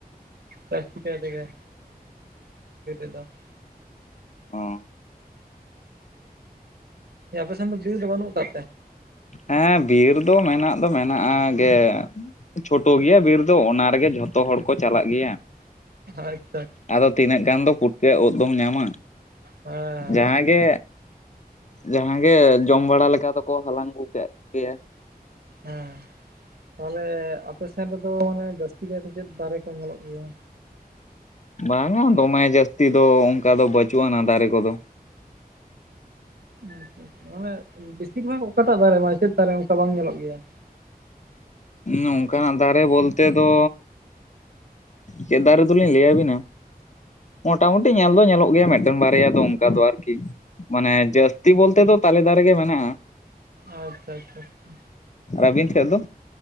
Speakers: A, on the right; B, on the left.
A: ᱡᱟᱥᱛᱤ ᱡᱟᱭᱛᱮᱜᱮ <unintelligible>
B: ᱦᱚᱸ᱾
A: ᱟᱯᱮᱥᱮᱱ ᱫᱚ ᱵᱤᱨ ᱫᱚ ᱵᱟᱹᱱᱩᱜ ᱟᱠᱟᱫ ᱛᱮ?
B: ᱦᱮᱸ ᱵᱤᱨ ᱫᱚ ᱢᱮᱱᱟᱜ ᱫᱚ ᱢᱮᱱᱟᱜᱼᱟ ᱜᱮ᱾ ᱪᱷᱳᱴᱳ ᱜᱮᱭᱟ ᱵᱤᱨ ᱫᱚ ᱚᱱᱟ ᱨᱮᱜᱮ ᱡᱷᱚᱛᱚ ᱦᱚᱲ ᱠᱚ ᱪᱟᱞᱟᱜ ᱜᱮᱭᱟ᱾
A: ᱟᱪᱪᱷᱟ᱾
B: ᱟᱫᱚ ᱛᱤᱱᱟᱹᱜ ᱜᱟᱱ ᱫᱚ ᱯᱩᱴᱠᱟᱹ ᱩᱫ ᱫᱚᱢ ᱧᱟᱢᱟ?
A: ᱦᱮᱸ ᱦᱮᱸ
B: ᱡᱟᱦᱟᱸ ᱜᱮ, ᱡᱟᱦᱟᱸ ᱜᱮ ᱡᱚᱢ ᱵᱟᱲᱟ ᱞᱮᱠᱟ ᱫᱚᱠᱚ ᱦᱟᱞᱟᱝ ᱟᱹᱜᱩ ᱠᱟᱜ ᱠᱮᱭᱟ᱾
A: ᱦᱮᱸ ᱛᱟᱦᱞᱮ ᱟᱯᱮ ᱥᱮᱱ ᱨᱮᱫᱚ ᱢᱟᱱᱮ ᱡᱟᱹᱥᱛᱤ ᱠᱟᱭᱛᱮ ᱪᱮᱫ ᱫᱟᱨᱮ ᱠᱚ ᱧᱮᱞᱚᱜ ᱜᱮᱭᱟ?
B: ᱵᱟᱝᱟ ᱫᱚᱢᱮ ᱡᱟᱹᱥᱛᱤ ᱫᱚ ᱚᱱᱠᱟ ᱫᱚ ᱵᱟᱹᱪᱩᱜ ᱟᱱᱟ ᱫᱟᱨᱮ ᱠᱚᱫᱚ᱾
A: ᱟᱪᱪᱷᱟ ᱟᱪᱪᱷᱟ ᱢᱟᱱᱮ ᱵᱤᱥᱤᱨ ᱵᱷᱟᱜᱽ ᱚᱠᱟᱴᱟᱜ ᱫᱟᱨᱮ ᱢᱟ ᱪᱮᱫ ᱫᱟᱨᱮ ᱚᱱᱠᱟ ᱵᱟᱝ ᱧᱮᱞᱚᱜ ᱜᱮᱭᱟ?
B: ᱱᱩᱝᱠᱟᱱᱟᱜ ᱫᱟᱨᱮ ᱵᱚᱞᱛᱮ ᱫᱚ᱾ ᱪᱮᱫ ᱫᱟᱨᱮ ᱫᱚᱞᱤᱧ ᱞᱟᱹᱭᱟᱹᱵᱤᱱᱟ᱾ ᱢᱚᱴᱟᱢᱩᱴᱤ ᱧᱮᱞ ᱫᱚ ᱧᱮᱞᱚᱜ ᱜᱮᱭᱟ ᱢᱤᱫᱴᱟᱝ ᱵᱟᱨᱭᱟ ᱫᱚ ᱚᱱᱠᱟ ᱫᱚ ᱟᱨᱠᱤ᱾ ᱢᱟᱱᱮ ᱡᱟᱹᱥᱛᱤ ᱵᱚᱞᱛᱮ ᱫᱚ ᱛᱟᱞᱮ ᱫᱟᱨᱮ ᱜᱮ ᱢᱮᱱᱟᱜ-ᱟ᱾
A: ᱟᱪᱪᱷᱟ ᱟᱪᱪᱷᱟ ᱟᱪᱪᱷᱟ᱾
B: ᱟᱹᱵᱤᱱ ᱴᱷᱮᱡ ᱫᱚ?